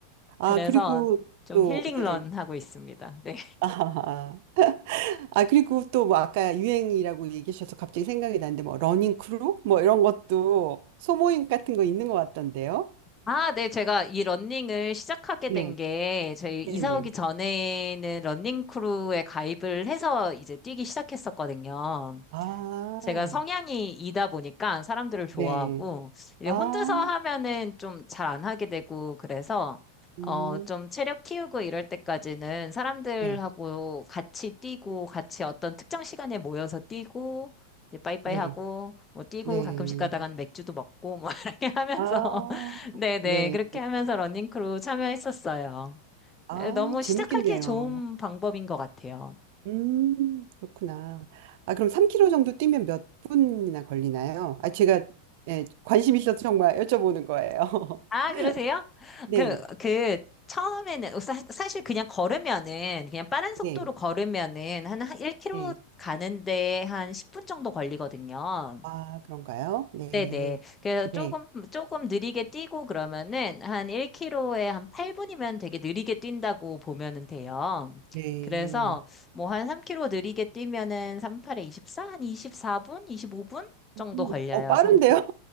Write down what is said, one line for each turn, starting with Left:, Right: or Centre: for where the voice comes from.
Right: 아,
Left: 그래서
Right: 그리고
Left: 좀
Right: 또,
Left: 힐링런
Right: 예.
Left: 하고 있습니다. 네.
Right: 아, 아, 아, 그리고 또 뭐 아까 유행이라고 얘기하셔서 갑자기 생각이 나는데 뭐 러닝 크루 뭐 이런 것도 소모임 같은 거 있는 것 같던데요.
Left: 아, 네. 제가 이 러닝을 시작하게
Right: 네,
Left: 된 게 저희 이사
Right: 네, 네.
Left: 오기 전에는 러닝 크루에 가입을 해서 이제 뛰기 시작했었거든요.
Right: 아,
Left: 제가 성향이 이다 보니까 사람들을 좋아하고,
Right: 네.
Left: 이제
Right: 아,
Left: 혼자서 하면은 좀 잘 안 하게 되고, 그래서,
Right: 음,
Left: 어, 좀 체력 키우고 이럴 때까지는 사람들하고
Right: 네,
Left: 같이 뛰고, 같이 어떤 특정 시간에 모여서 뛰고, 이제 빠이빠이
Right: 네,
Left: 하고, 뭐 뛰고
Right: 네.
Left: 가끔씩 가다가는 맥주도 먹고, 뭐 <laughs> 이렇게 하면서,
Right: 아,
Left: <laughs> 네네,
Right: 네.
Left: 그렇게 하면서 러닝크루 참여했었어요.
Right: 아,
Left: 에, 너무
Right: 재밌겠네요.
Left: 시작하기에 좋은 방법인 것 같아요.
Right: 음, 그렇구나. 아, 그럼 3 k 로 정도 뛰면 몇 분이나 걸리나요? 아, 제가 예, 관심 있어서 정말 여쭤보는 거예요. <laughs>
Left: 아, 그러세요?
Right: 네,
Left: 그, 그, 처음에는, 어, 사, 사실 그냥 걸으면은, 그냥 빠른 속도로
Right: 네,
Left: 걸으면은, 한 1km
Right: 네.
Left: 가는데 한 10분 정도 걸리거든요.
Right: 아, 그런가요? 네,
Left: 네네. 그래서 조금,
Right: 네,
Left: 조금 느리게 뛰고 그러면은, 한 1km에 한 8분이면 되게 느리게 뛴다고 보면은 돼요.
Right: 네.
Left: 그래서, 뭐 한 3km 느리게 뛰면은, 38에 24? 한 24분? 25분? 정도
Right: 음,
Left: 걸려요,
Right: 어, 빠른데요?
Left: 3km.